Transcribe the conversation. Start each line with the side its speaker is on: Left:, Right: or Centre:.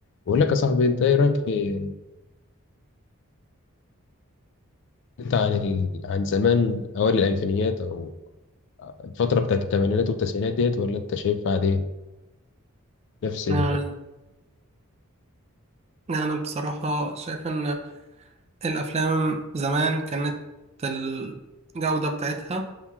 Left: بقول لك يا صاحبي انت ايه رايك في انت عن ال... عن زمان اوائل الالفينيات او الفتره بتاعت الثمانينات والتسعينات ديت ولا انت شايفها عاديه نفس ال
Right: أنا أنا بصراحة شايف إن الأفلام زمان كانت الجودة بتاعتها